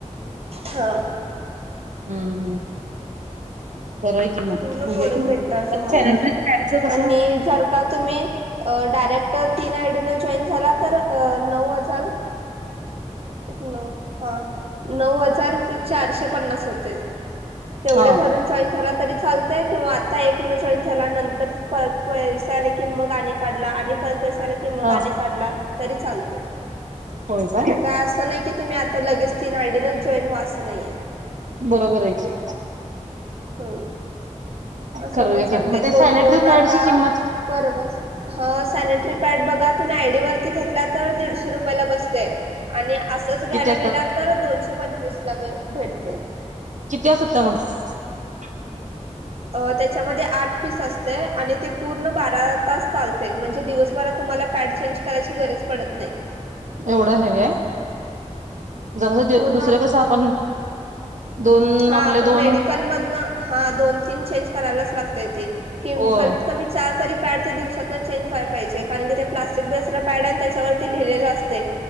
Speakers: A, on the right (about 55°); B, on the right (about 80°).
A: हां.
B: हम्म हम्म. बरं आहे की मग
A: पूर्ण
B: बघूया
A: प्रोडक्ट
B: की.
A: भेटणार तुम्हाला.
B: सॅनिटरी पॅडचं कसं
A: आणि जर का तुम्ही डायरे क्ट तीन आयडिंना जॉईन झाला तर अ नऊ हजार एक नऊ हां, नऊ हजार चारशे पन्नास होते.. तेवढे
B: हा
A: भरून जॉईन झाला तरी च चालतंय किंवा आता एक नं जॉईन झाला, नंतर पर पैसे आले की मग आणि काढला आणि परत पैसे आलं की मग
B: हा
A: आणि काढला तरी चालतंय.
B: होय काय
A: असं नाही की तुम्ही आता लगेच तीन आयडीनच जॉईन व्हा. आसं नाहीेये.
B: बरोबर आए की.
A: हम्म. असं
B: करूया
A: पण चालतंय
B: घ्या मग ते
A: कोण
B: सॅनिटरी
A: कोण आता
B: पॅडची किंमत
A: परवाच, हां सॅनटरी पॅड बघा तुम्ही आयडी वरती घेतलात. तर दीडशे रुपयाला बसतंय आणि आसंच घ्यायला
B: किती असतात
A: गेला तर दोनशे पंचवीस ला बे भेटतयं.
B: किती असतात त्यात?
A: अ त्याच्यामधे आठ पीस असतंय आणि ते पूर्ण बार रा तास चालतंय म्हणजे दिवसभरात तुम्हाला पॅड चेंज करायची गरज पडत नाई.
B: एवढं हेवी आए? जस
A: पूर्ण
B: दुसरे कसं आपण दोन
A: हां
B: आपले
A: पण
B: दोन
A: मेडिकल मधनं, हां दोन तीन चेंज करायलाच लागतंय ते. किम
B: होय
A: कमीत कमी चार तरी पॅड ते दिवसात चेंज व्हाय पाईजे कारण की ते प्लास्टिक बेस्ड पॅड आहे आणि त्याच्यावरती लिहिलेलं असतंय.